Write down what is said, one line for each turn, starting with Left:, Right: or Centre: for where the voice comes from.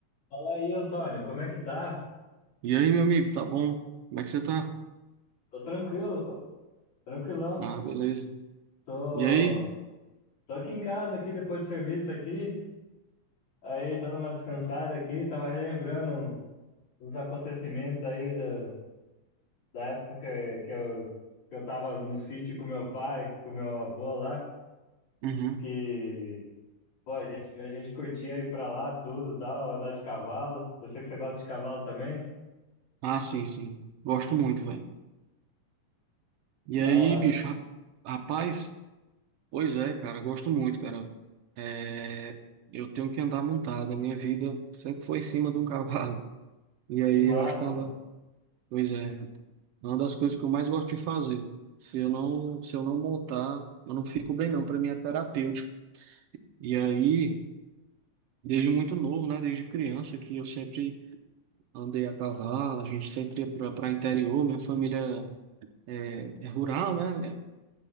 Left: Fala aí, Antônio, como é que tá?
Right: E aí, meu amigo, tá bom? Como é que você tá?
Left: Tô tranquilo, pô, tranquilão.
Right: Ah, beleza.
Left: Tô,
Right: E aí?
Left: tô aqui em casa, aqui depois do serviço aqui, aí dando uma descansada aqui, tava relembrando os acontecimentos aí da, da época que, que eu, que eu tava no sítio com meu pai, com meu avô lá,
Right: Uhum.
Left: que, pô, a gente, a gente curtia ir pra lá tudo, tal, andar de cavalo. Eu sei que você gosta de cavalo também,
Right: Ah, sim, sim. Gosto muito, velho. E
Left: da
Right: aí,
Left: hora.
Right: bicho, ra- rapaz? Pois é, cara, gosto muito, cara. É, Eu tenho que andar montado. A minha vida sempre foi em cima de um <laughs> cavalo. E aí,
Left: Que massa,
Right: eu acho que é uma...
Left: mano.
Right: da- Pois é. É uma das coisas que eu mais gosto de fazer. Se eu não, se eu não montar, eu não fico bem não, para mim é terapêutico. E aí, desde muito novo, né, desde criança que eu sempre andei a cavalo, a gente sempre ia para interior, minha família é, é rural, né?